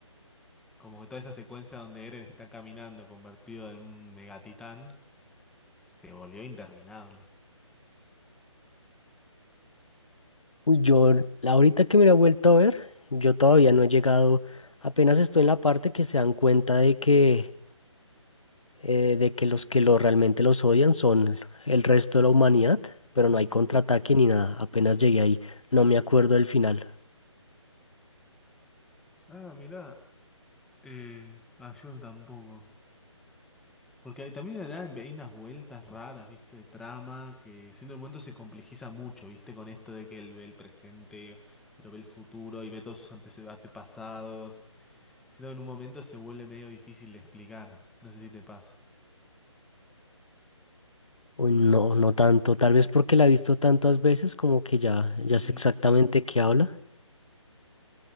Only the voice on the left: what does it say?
Uy, yo, la- ahorita que me la he vuelto a ver, yo todavía no he llegado, apenas estoy en la parte que se dan cuenta de que eh, de que los que lo, realmente los odian son el resto de la humanidad, pero
no hay contraataque ni nada. Apenas llegué ahí, no me acuerdo del final.
Uy, no, no tanto, tal vez porque la he visto tantas veces como que ya,
ya sé exactamente qué habla.